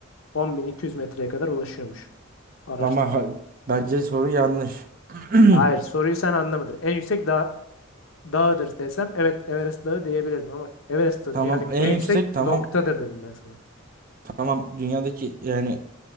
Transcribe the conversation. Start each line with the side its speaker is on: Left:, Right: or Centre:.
Left: 10.200 metreye kadar ulaşıyormuş. Araştırmaya.
Right: Ama ha- bence soru yanlış. <clears throat>
Left: Hayır soruyu sen anlamadın. En yüksek dağ, dağıdır desem evet Everest Dağı diyebilirdim ama Everest Dağı
Right: Tamam
Left: dünyadaki
Right: en
Left: en yüksek
Right: yüksek tamam.
Left: noktadır dedim ben sana.
Right: Tamam dünyadaki yani